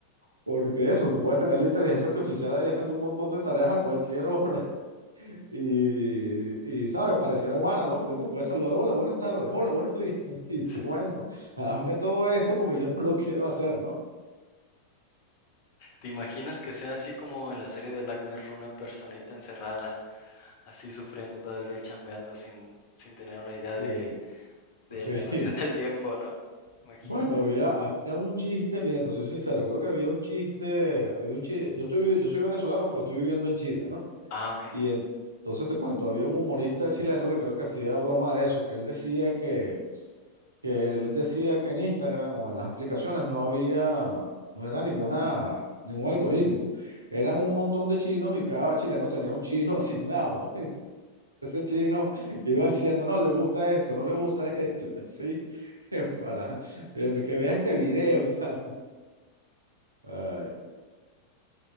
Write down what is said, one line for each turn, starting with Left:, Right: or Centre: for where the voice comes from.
Right: Porque eso, tú puedes tener la inteligencia artificial ahí haciendo un montón de tareas a cualquier hora <laughs> y, y ¿sabes? Pareciera humana, ¿no? Porque te puede saludar, hola, buenas tardes, hola, buenos días. <laughs> Y
Left: sí.
Right: tú, bueno, hazme todo esto porque yo no lo quiero hacer, ¿no?
Left: ¿Te imaginas que sea así como en la serie de Black Mirror, una personita encerrada, así sufriendo todo el día chambeando sin, sin tener una idea
Right: Sí,
Left: de, de
Right: sí.
Left: la noción del
Right: <laughs>
Left: tiempo, ¿no? Imagínate.
Right: Bueno, había, había un chiste, mira, te soy sincero, creo que había un chiste, había un chiste, yo estoy, vi- yo soy venezolano, pero estoy viviendo en Chile, ¿no?
Left: Ah, ok.
Right: Y en- entonces te cuento, había un humorista chileno que creo que hacía broma de eso, que él decía que, que él decía que en Instagram o en las aplicaciones no había, no era ninguna, ningún algoritmo. Eran un montón de chinos y cada chileno tenía un chino <laughs> asignado. pues. Ese chino iba diciendo, no, le gusta esto, no le gusta esto, y así, <laughs> para eh, que vea este video y tal. Ay,